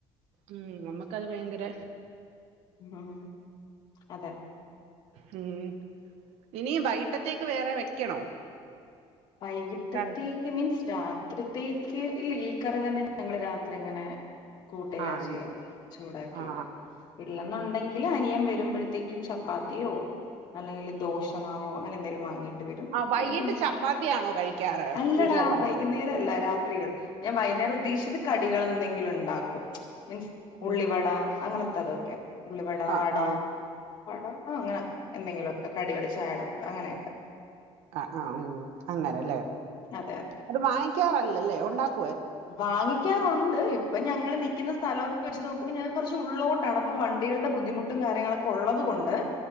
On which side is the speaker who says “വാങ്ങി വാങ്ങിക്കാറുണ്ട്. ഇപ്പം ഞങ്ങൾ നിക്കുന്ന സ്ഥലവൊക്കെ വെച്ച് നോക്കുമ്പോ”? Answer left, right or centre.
Left